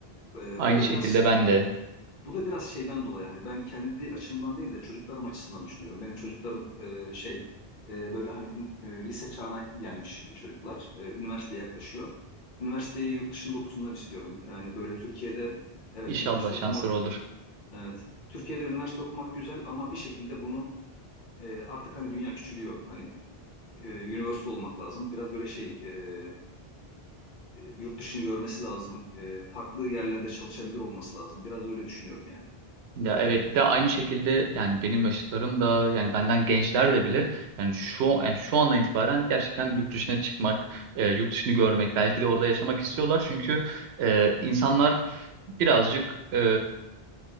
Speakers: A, on the left; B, on the right.
A: E,
B: Aynı
A: bu da
B: şekilde
A: biraz
B: ben de
A: bu da biraz şeyden dolayı hani ben kendi açımdan değil de çocuklarım açısından düşünüyorum. Benim çocuklarım e, şey e, böyle hani e, lise çağına gelmiş çocuklar. E, üniversiteye yaklaşıyor. Üniversiteyi yurt dışında okusunlar istiyorum. Yani böyle Türkiye'de evet
B: inşallah
A: üniversite
B: şansları
A: okumak
B: olur.
A: evet Türkiye'de üniversite okumak güzel ama bir şekilde bunu e, artık hani dünya küçülüyor. Hani e, universal olmak lazım. Biraz böyle şey e, e, yurt dışını görmesi lazım. E, farklı yerlerde çalışabilir olması lazım. Biraz öyle düşünüyorum yani.
B: Ya evet bir de aynı şekilde yani benim yaşıtlarım da yani benden gençler de bile yani şu yani şu andan itibaren gerçekten yurt dışına çıkmak, e, yurt dışını görmek, belki de orada yaşamak istiyorlar. Çünkü e, insanlar birazcık e,